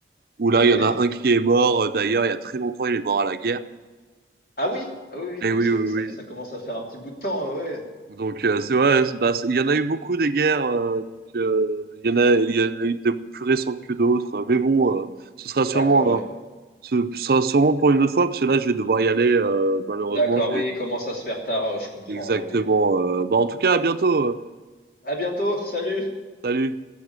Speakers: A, on the right; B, on the left.
A: où là,
B: Oui.
A: il y en a un qui est mort. euh, D'ailleurs, il y a très longtemps, il est mort à la guerre.
B: Ah oui, ah oui, oui,
A: Et
B: donc
A: oui,
B: c'est-
A: oui,
B: ça,
A: oui.
B: ça commence à faire un petit bout de temps, oui.
A: Donc, euh, c'est vrai, c'est- bah, c'est- il y en a eu beaucoup des guerres. euh, donc, euh, il y en a, il y en a eu des plus récentes que d'autres. Mais bon, euh, ce sera sûrement,
B: D'accord, oui.
A: hein, ce sera sûrement pour une autre fois, parce que là, je vais devoir y aller. euh, malheureusement,
B: D'accord,
A: je
B: oui,
A: vais-
B: il commence à se faire tard, je comprends,
A: exactement.
B: oui.
A: euh, bah, en tout cas, à bientôt. euh.
B: À bientôt, salut!
A: Salut.